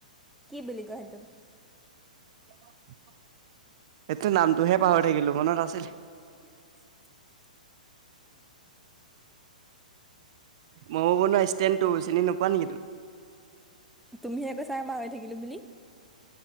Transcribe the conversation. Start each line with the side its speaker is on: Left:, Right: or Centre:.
Centre: কি বুলি কয় সেইটোক?।
Right: সেইটো নামটোহে পাহৰি থাকিলো মনত আছিলে।
Centre: <inaudible>
Right: ম'ম' বনোৱা ষ্টেণ্ডটো, চিনি নোপোৱা নেকি তুমি।
Centre: তুমিহে কৈছা পাহৰি থাকিলো বুলি।